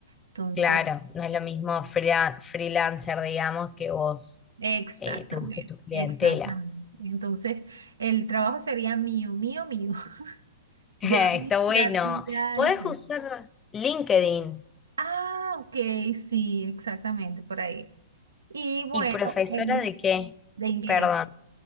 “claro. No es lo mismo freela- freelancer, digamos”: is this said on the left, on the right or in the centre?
Left